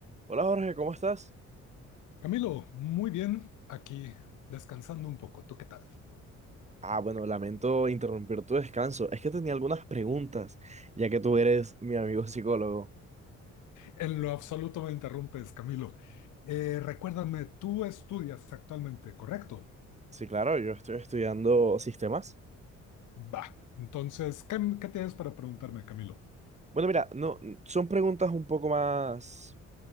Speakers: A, on the right; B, on the left.
A: Hola Jorge, ¿cómo estás?
B: Camilo, muy bien, aquí descansando un poco. ¿Tú qué tal?
A: Ah, bueno, lamento interrumpir tu descanso. Es que tenía algunas preguntas, ya que tú eres mi amigo psicólogo.
B: En lo absoluto me interrumpes, Camilo. Eh, recuérdame, tú estudias actualmente, ¿correcto?
A: Sí, claro, yo estoy estudiando sistemas.
B: Va. Entonces, ¿qué, qué tienes para preguntarme, Camilo?
A: Bueno, mira, no, n- son preguntas un poco más,